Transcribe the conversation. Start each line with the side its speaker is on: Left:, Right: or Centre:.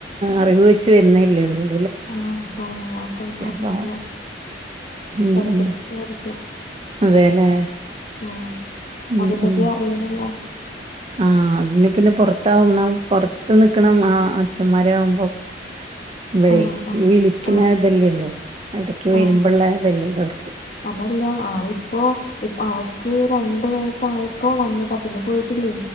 Right: അറിവ് വെച്ച് വരുന്നേല്ലേള്ളൂ
Left: ആഹ് അതാണ് അവക്കൊന്നും അറിയില്ല
Right: പാവം ഉം
Left: എടക്കിടക്ക്
Right: ഉം
Left: ചോദിക്കും
Right: അതെല്ലേ
Left: ഉം
Right: ഉം
Left: അതേ പറ്റി
Right: ഉം
Left: അറിയുന്നില്ലോ
Right: ആഹ് അ പിന്നെ പുറത്താവണം പുറത്ത് നിക്കണം ആ അച്ഛന്മാരാ ആവകുമ്പോ മമ്മളേ
Left: ആഹ് ആഹ്
Right: വിളിക്കുന്ന
Left: ആഹ്
Right: ഇതല്ലേ ഉള്ളു ഇടക്ക് വരുമ്പോള്ള
Left: ആഹ്
Right: അതല്ലേ ഉണ്ടോ അവർക്ക്
Left: അതല്ല ആ ഇപ്പോ ഇപ്പ അവക്ക് രണ്ട വയസായപ്പോ വന്നതാ പിന്നെ പോയിട്ടില്ലേ